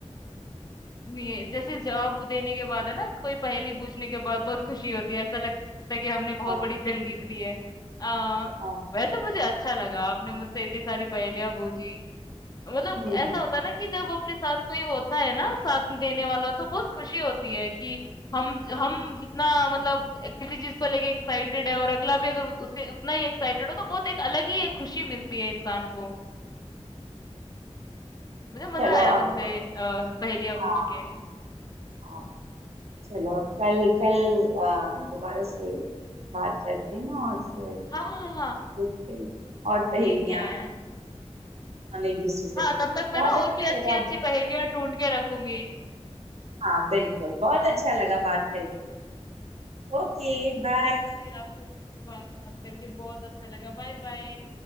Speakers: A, on the left; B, on the right.
A: नहीं जैसे जवाब देने के बाद है ना, कोई पहेली पूछने के बाद बहुत खुशी होती है, ऐसा लगता है कि हमने बहुत
B: हाँ
A: बड़ी जंग जीत ली है। अ,
B: हाँ
A: वैसे मुझे अच्छा लगा, आपने मुझसे इतनी सारी पहेलियाँ बूझी। मतलब
B: हम्म
A: ऐसा होता है ना कि जब अपने साथ कोई होता है ना साथ देने वाला तो बहुत खुशी होती है कि हम हम जितना मतलब किसी चीज को लेके एक्साइटेड है और अगला भी अगर उत- उससे उतना ही एक्साइटेड हो तो बहुत एक अलग ही एक खुशी मिलती है इंसान को मुझे मजा
B: चलो
A: आया
B: अब
A: तुमसे अ, पहेलियां
B: हाँ
A: पूछ के
B: हाँ चलो अब कल कल आ, दोबारा से बात करते हैं और फिर
A: हाँ हाँ हाँ
B: देखते हैं और
A: ठीक
B: पहेलियां
A: है
B: हम एक दूसरे से
A: हाँ
B: पूछ
A: तब तक मैं
B: बहुत
A: ना और
B: अच्छा
A: भी अच्छी
B: लगा
A: अच्छी पहेलियां ढूंढ के रखूंगी
B: हाँ बिल्कुल बहुत अच्छा लगा बात
A: ओके
B: करके ओके बाय
A: मुझे भी आपसे बात करके बहुत अच्छा लगा बाय बाय